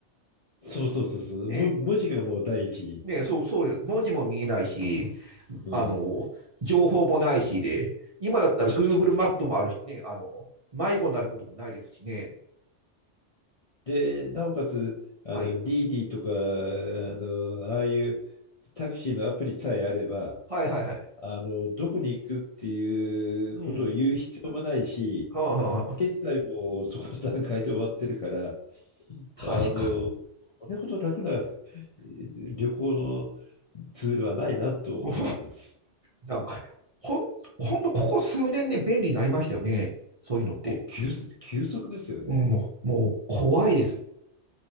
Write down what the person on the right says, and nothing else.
ね、
ね、そう、そうよ。文字も見えないし、
あの、情報もないしで、今だったら
Google マップもあるしね、あの、迷子になることもないですしね。
はい。
はいはいはい。
うん。はあはあはあ。
確かに。
<laughs> もうなんか、ほん、ほんとここ数年で便利になりましたよね。そういうのって。
うん、もう、もう怖いです。